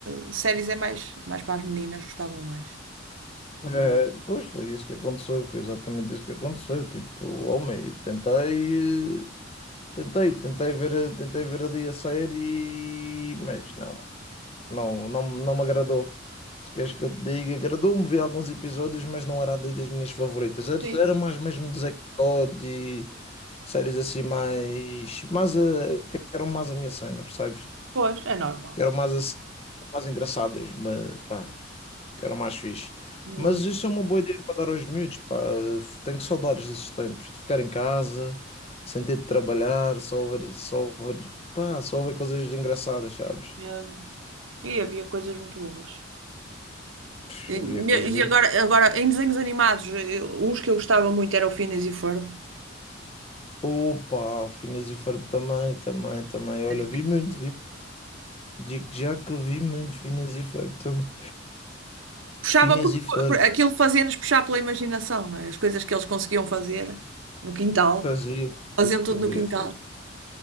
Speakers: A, on the right; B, on the left.
A: de séries é mais, mais para as meninas, gostavam mais.
B: É, pois foi isso que aconteceu, foi exatamente isso que aconteceu. Tipo, homem, tentei, eh, tentei, tentei ver, a- tentei ver ali a série, mas não. Não, não, não me agradou. Se queres que eu te diga, agradou-me ver alguns episódios, mas não era ali das minhas favoritas. Era,
A: Sim,
B: era mais mesmo de Zack Code e séries assim mais, mais a, que eram mais a minha cena, percebes?
A: pois, é normal.
B: Que eram mais assim, mais engraçadas, mas pá, que eram mais fixe.
A: Hum,
B: Mas isso é uma boa ideia para dar aos miúdos, pá. Tenho saudades desses tempos, de ficar em casa, sem ter de trabalhar, só ver, só ver, pá, só ver coisas engraçadas, sabes?
A: é. E havia coisas muito boas.
B: Pff,
A: E,
B: Havia coisas
A: e
B: incríveis.
A: agora, agora, em desenhos animados, eu- uns que eu gostava muito era o Phineas e o Ferb.
B: Opa, o Phineas e Ferb também, também, também. Olha,
A: Era incrível.
B: vi muito, vi. Digo já que eu vi muito Phineas e Ferb também.
A: Puxava
B: Phineas
A: porque
B: e Ferb.
A: por- aquilo fazia-nos puxar pela imaginação, não é? As coisas que eles conseguiam fazer no quintal,
B: Fazia,
A: faziam tudo
B: fazia,
A: no quintal
B: fazia.